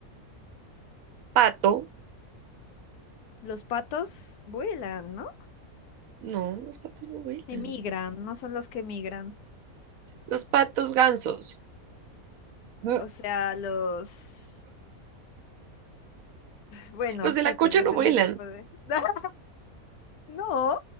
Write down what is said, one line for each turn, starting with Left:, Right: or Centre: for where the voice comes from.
Right: pato.
Left: Los patos vuelan, ¿no?
Right: No, los patos no vuelan.
Left: Emigran, no son los que migran.
Right: Los patos gansos. <laughs>
Left: O sea, los... Bueno,
Right: Los
Left: sí,
Right: de la
Left: pues
Right: cocha
Left: depende
Right: no vuelan.
Left: del tipo de... <laughs> No.